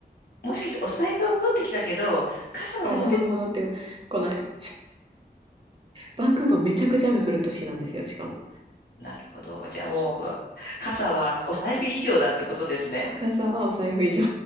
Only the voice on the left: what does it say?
もしかしてお財布が戻ってきたけど、傘は持って、
なるほど。じゃあもう、傘はお財布以上だってことですね。